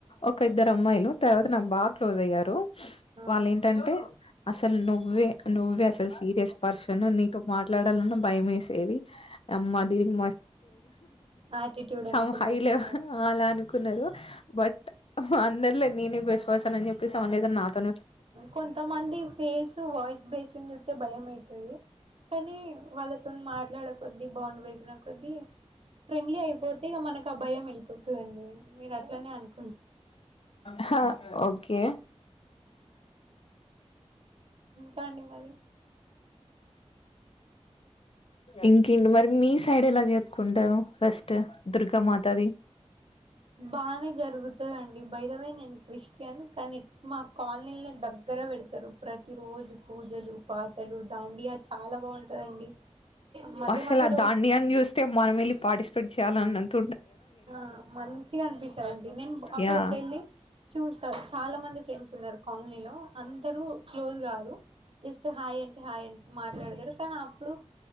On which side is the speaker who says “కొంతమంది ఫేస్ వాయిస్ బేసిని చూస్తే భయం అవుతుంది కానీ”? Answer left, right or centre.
Right